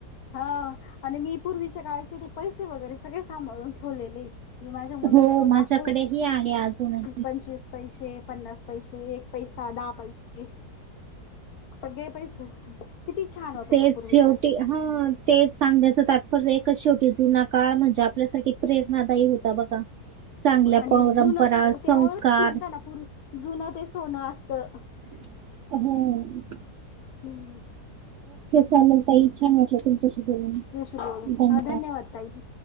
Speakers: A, on the left; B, on the right.
A: हां,, आणि मी पूर्वीच्या काळाचे ते पैसे वगैरे सगळे सांभाळून ठेवलेलेऽ ती माझ्या मुला
B: हो, माझ्याकडेही
A: दाखव,,
B: आहे अजूनही.
A: पंचवीस,, पैसे,, पन्नास पैसे,, एक पैसा,, दहा पैसे,, सगळे पैसे,, किती छान होता
B: तेच
A: तो पूर्वीचा
B: शेवटी
A: काऽ
B: हां,, तेच सांगल्याच तात्पर्य एकच शेवटी जुनाऽ काळ म्हणजे आपल्यासारखी प्रेरणादायी होता बघा. चांगल्या
A: आणि
B: परंपरा,
A: जुनं ते
B: संस्कार
A: तेव म्हणता ना पुर्वी, जुन ते सोनं असतऽ
B: हम्,
A: हम्म,
B: चालेल ताई, छान वाटलं तुमच्याशी बोलून.
A: तश बोलत,
B: धन्य
A: हा धन्यवाद ताई.